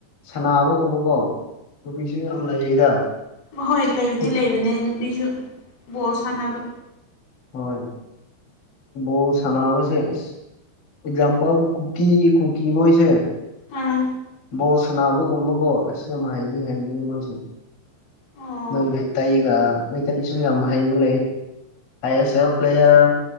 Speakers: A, on the left; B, on the left.
A: ꯁꯕꯒꯨꯝꯕꯀꯣ ꯅꯨꯄꯤꯁꯨ ꯌꯥꯝ ꯂꯩꯌꯦꯗ
B: ꯃꯈꯣꯏ ꯂꯩꯕꯨꯗꯤ
A: ꯐꯨꯠ
B: ꯂꯩꯕꯅꯦ ꯅꯨꯄꯤꯁꯨ ꯕꯣꯜ ꯁꯥꯟꯅꯕ
A: ꯍꯣꯏ ꯣ ꯁꯅꯥꯁ ꯑꯦꯛꯖꯝꯄꯜ ꯀꯨꯀꯤ ꯀꯨꯀꯤꯃꯣꯏꯁ
B: ꯑꯥ
A: ꯕꯣ ꯁꯅꯥꯕꯒꯨꯝꯕꯀꯣ ꯑꯁꯤ ꯑꯃ ꯍꯥꯏꯩꯗꯤ ꯍꯩꯒꯅꯤ ꯃꯥꯁꯦ
B: ꯑꯣ
A: ꯅꯪ ꯃꯇꯩꯒ ꯃꯩꯇꯩꯁꯨ ꯌꯥꯝ ꯍꯩꯕ ꯂꯩ ꯑꯥꯏ ꯑꯦꯁ ꯑꯦꯐ ꯄ꯭ꯂꯦꯌꯔ